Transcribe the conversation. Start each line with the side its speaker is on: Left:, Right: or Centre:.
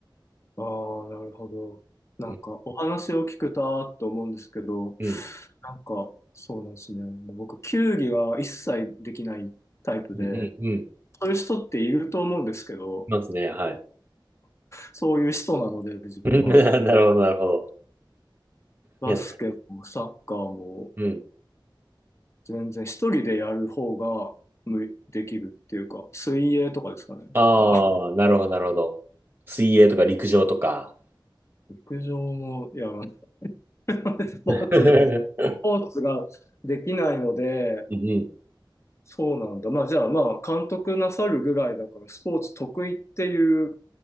Left: あーあー、なるほど。なんかお話を聞くとあーって思うんですけど、
Right: うん、うん、
Left: なんかそうなんですね。もう僕、球技は一切できないタイプで、
Right: うん、うん。うん
Left: そういう人っていると思うんですけど、
Right: いますね、はい。
Left: そういう人なので、自分は。
Right: <laughs> なるほど、なるほど。
Left: バスケもサッカーも、
Right: いや、うん。
Left: 全然一人でやる方がむできるっていうか、水泳とかですかね。
Right: ああ、
Left: あ、
Right: なるほど、なるほど。水泳とか陸上とか。
Left: 陸上もやらない。スポーツ、
Right: <laughs> うん
Left: スポーツができないので、
Right: うん
Left: そうなんだ。まあじゃあまあ監督なさるぐらいだからスポーツ得意っていう